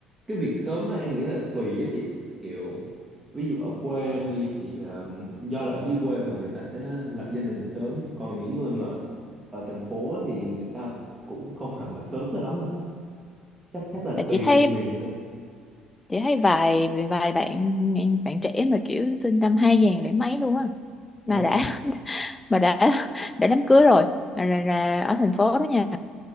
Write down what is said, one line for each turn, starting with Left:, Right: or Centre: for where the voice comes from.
Right: cái việc sớm đó em nghĩ là tùy á chị. Kiểu ví dụ ở quê em đi thì ờ, do là ở dưới quê mà người ta sẽ lập gia đình sớm, còn những người mà ở thành phố thì người ta cũng không hẳn là sớm cho lắm đâu. Chắc chắc là
Left: Tại
Right: tùy
Left: chị thấy
Right: vùng miền ha.
Left: chị thấy vài vài bạn bạn trẻ mà kiểu sinh năm hai ngàn để mấy luôn á mà
Right: Ồ.
Left: đã <laughs> mà đã đã đám cưới rồi mà là, là ở thành phố đó nha.